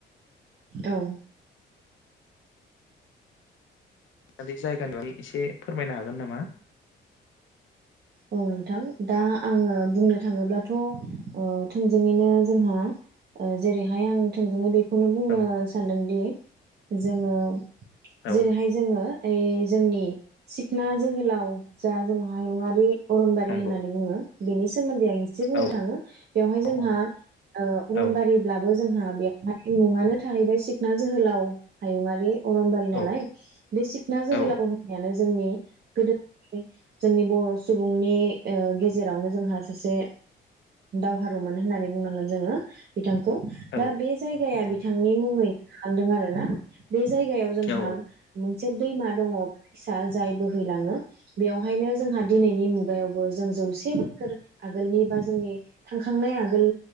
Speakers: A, on the right; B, on the left.
A: औ।
B: दा बे जायगानि बागै एसे फोरमायनो हागोन नामा?
A: औ नोंथां दा आङो बुंनो थाङोब्ला थ' ओ थोंजोङैनो जोंहा ओ जेरैहाय आं थोंजोङै बे खौनो बुंनो
B: औ
A: सान्दोंदि जोङो जेरैहाय
B: औ
A: जोङो हाय जोंनि सिखना जोहोलाव जा जों हायुङारि अरनबारि
B: नंगौ
A: होननानै बुङो। बेनि सोमोन न्दै आं इसे बुंनो
B: औ
A: थाङो बेयावहाय
B: औ
A: जोंहा ओ अरनबारिब्लाबो
B: औ
A: जोंहा बेयावहाय मुङानो थाहैबाय सिखना जोहोलाव हायुङारि। अरनबारि
B: औ
A: नालाय बे सिखना जोहोलाव
B: औ
A: होननायानो जोंनि गोदोनि जोंनि बर' सुबुंनि ओ गेजेरावनो जोंहा सासे दावहारुमोन होननानै बुंनांगोन जोङो। बिथां खौ
B: औ
A: दा बे जायगाया
B: औ
A: बिथांनि मुङै खांदों आरोना। बे जायगायाव जोंहा
B: औ
A: मोनसे दैमा दङ' फिसा जाय बोहैलाङो बेयावहायनो जों दिनैनि मुगायाव बो जों जौसे बोसोर आगोलनि बा जोंनि थांखांनाय आगोल